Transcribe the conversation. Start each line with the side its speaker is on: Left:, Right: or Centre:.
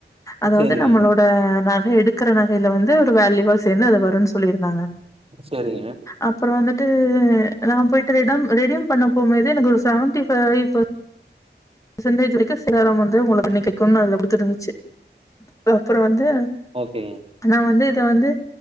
Left: அதாவது
Right: சேரிங்க
Left: நம்மளோட நகை எடுக்கிற நகையில வந்து ஒரு வேல்யூவா சேந்து அது வரு ன்னு சொல்லிருந்தாங்க
Right: சேரிங்க
Left: அப்றோ வந்துட் டு நா போயிட்டு ரெம் ரெடிம் பண்ண போம்போது எனக்கு ஒரு செவன்டி ஃபைவ் பர்சன்டேஜ் வரைக்கு சிலாரம் வந்து உங்களை <unintelligible> அதில் குடுத்துருந்துச்சு அப்புறோ வந்து
Right: ஓகே
Left: நா வந்து இத வந்து